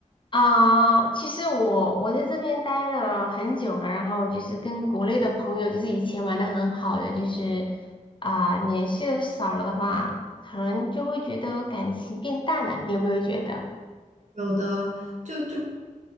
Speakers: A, on the left; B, on the right.
A: 啊、其实我我在这边待了很久了，然后就是跟国内的朋友，就是以前玩的很好的，就是啊、联系的少了的话，可能就会觉得感情变淡了。你有没有觉得？
B: 有的，就就